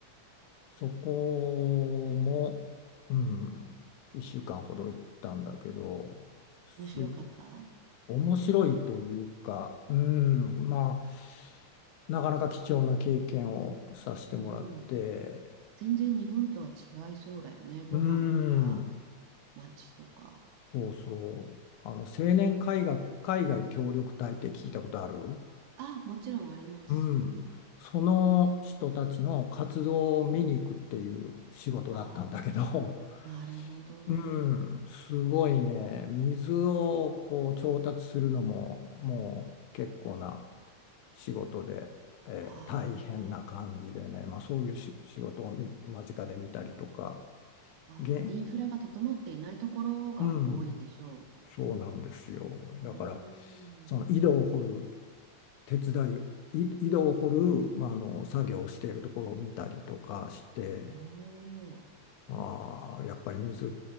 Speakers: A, on the left; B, on the right.
A: そこも、うん、1週間ほど行ったんだけど、す
B: 面白かった
A: 面白いというか、うん、
B: うん、
A: まあ、なかなか貴重な経験をさせてもらって、
B: うん。全然日本とは違いそうだよね。ご飯とか、
A: うん、
B: 街とか。
A: そうそう、あの、青年海外、海外協力隊って聞いたことある
B: あ、もちろんあります。
A: うん、
B: うん。
A: その人たちの活動を見に行くっていう仕事だったんだけど、
B: ああ、なるほど。
A: うん、すごいね。水をこう調達するのももう結構な仕事で、えー大変な感じでね、
B: はあ、
A: まあ、そういうし仕事をみ間近で見たりとか、
B: あー、
A: げん、
B: インフラが整っていないところが多いでしょ
A: うん、そうなんですよ。だから
B: う。おー、
A: その井戸を掘る手伝い、い井戸を掘る、まあ、あの作業をしているところを見たりとかして。
B: おー、
A: ああ、やっぱり水っ